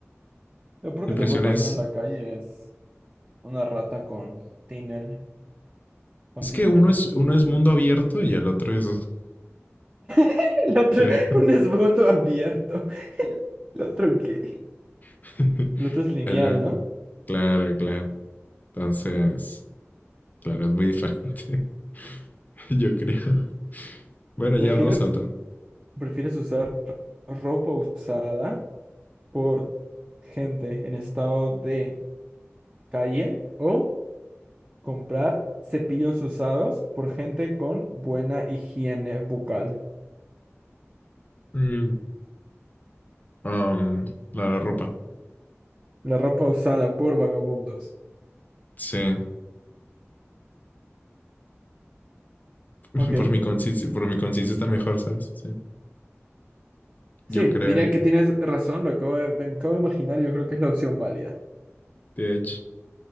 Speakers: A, on the right; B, on the left.
A: Lo peor
B: En
A: que
B: prisión
A: te puede pasar
B: es,
A: en la calle es una rata con tiner. Con
B: es
A: tiner.
B: que uno es, uno es mundo abierto y el otro es,
A: <laughs> El otro,
B: <laughs> claro.
A: un esbundo abierto. ¿El otro qué?
B: <laughs>
A: El otro es lineal,
B: El-
A: ¿no?
B: Claro, claro. Entonces, claro, es muy diferente. <laughs> Yo creo. Bueno,
A: ¿Prefieres,
B: ya vamos a otra.
A: prefieres usar ropa usada por gente en estado de calle o Comprar cepillos usados por gente con buena higiene bucal.
B: Mm, um, la ropa.
A: La ropa usada por vagabundos.
B: Sí. <laughs>
A: Ok.
B: Por mi consistencia, por mi consistencia está mejor, ¿sabes? Sí.
A: Sí,
B: Yo creo.
A: diría que tienes razón, lo acabo de, me acabo de imaginar, yo creo que es la opción válida.
B: De hecho,